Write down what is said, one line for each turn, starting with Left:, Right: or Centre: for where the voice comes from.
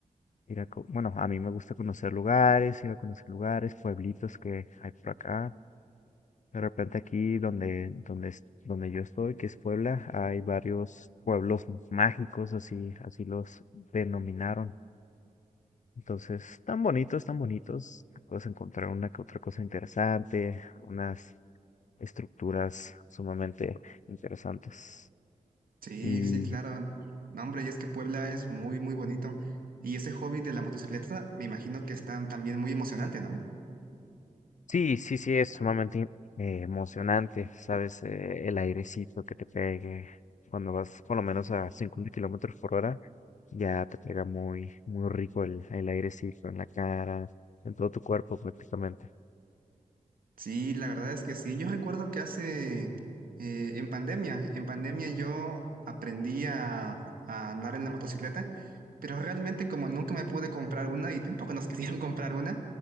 Left: ir a, co- bueno, a mí me gusta conocer lugares, ir a conocer lugares, pueblitos que hay por acá. De repente aquí donde, donde, es- donde yo estoy, que es Puebla, hay varios pueblos mágicos, así, así los denominaron. Entonces, tan bonitos, tan bonitos. Puedes encontrar una que otra cosa interesante, unas estructuras sumamente interesantes.
Right: Sí,
Left: Y
Right: sí, claro. No, hombre, y es que Puebla es muy, muy bonito. Y ese hobby de la motocicleta, me imagino que está también muy emocionante, ¿no?
Left: sí, sí, sí, es sumamente in- eh, emocionante, ¿sabes? Eh, el airecito que te pegue cuando vas por lo menos a 50 kilómetros por hora, ya te pega muy, muy rico el, el airecito en la cara, en todo tu cuerpo prácticamente,
Right: Sí, la verdad es que sí. Yo recuerdo que hace, eh, en pandemia, en pandemia yo aprendí a, a andar en la motocicleta, pero realmente como nunca me pude comprar una y tampoco nos <laughs> quisieron comprar una,